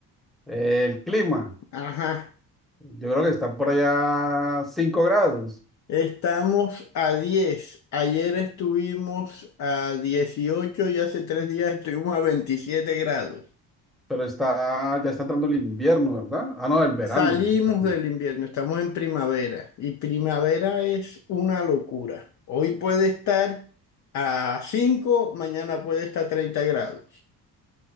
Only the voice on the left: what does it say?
Ajá.
Estamos a diez Ayer estuvimos a 18 y hace tres días estuvimos a 27 grados.
Salimos
del invierno, estamos en primavera y primavera es una locura. Hoy puede estar a cinco mañana puede estar a 30 grados. <laughs>